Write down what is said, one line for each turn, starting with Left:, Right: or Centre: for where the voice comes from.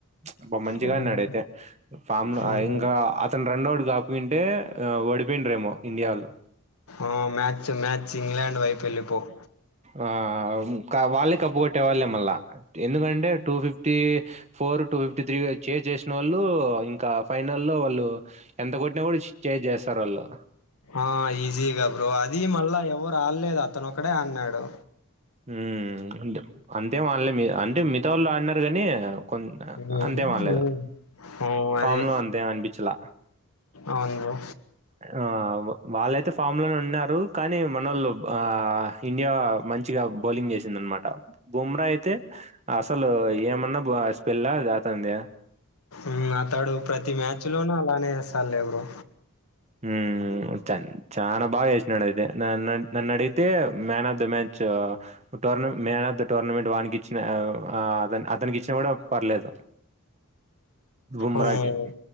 Right: అబ్బ మంచిగా
Left: హ్మ్.
Right: ఆడినాడైతే ఫామ్
Left: హ్మ్.
Right: ఇంకా అతను రన్ అవుట్ కాకపోయింటే వాడి అయిపోయిండ్రేమో ఇండియాల్లు
Left: ఆ మ్యాచ్ మ్యా చింగా ఇంగ్లాండ్ వైపు వెళ్లిపోవు.
Right: ఆ వాళ్ళే కప్పు కొట్టే వాళ్ళే మళ్ళ ఎందుకంటే two fifty four, two fifty three chase చేసినోళ్ళు ఇంకా ఫైనల్ లో వాళ్ళు ఎంత కొట్టినా కూడా చేజ్ చేస్తారు వాళ్ళు
Left: ఆ ఈజీగా బ్రో అదీ మళ్ళా ఎవరు ఆడలేదు అతను ఒకడే అడినాడు.
Right: ఉ అంటే అంతెం ఆళ్లే మి అంటే మిగతా వాళ్ళు ఆడినారు కాని కొ అహా
Left: హ్మ్.
Right: అంతెం ఆడలేదు
Left: హ్మ్. హ్మ్.
Right: ఫామ్
Left: అదే.
Right: లో అంతేం అనిపించలా.
Left: అవును బ్రో.
Right: ఆ బో వాళ్ళయితే ఫామ్ లోనే ఉన్నారు కానీ మనళ్ళు ఆ ఇండియా మంచి మంచిగా బౌలింగ్ చేసిందనమాట బుమ్రా అయితే అసలు ఏమన్నా పెళ్ళా అది అతంది
Left: ఉ అతడు ప్రతి మ్యాచ్ లోనూ అలానే ఇస్తారు లే‌ బ్రో
Right: హ చ చనా బాగా ఎచ్చ నడతే న న నడితే మ్యాన్ ఆఫ్ ద మ్యాచ్ టోర్న్ మ్యాన్ ఆఫ్ ద టర్నమెంట్ వానికిచ్చిన ఆవ్ అ అతన్ అతనికిచ్చిన కూడా పర్లేదు బుమ్రాకి
Left: అవును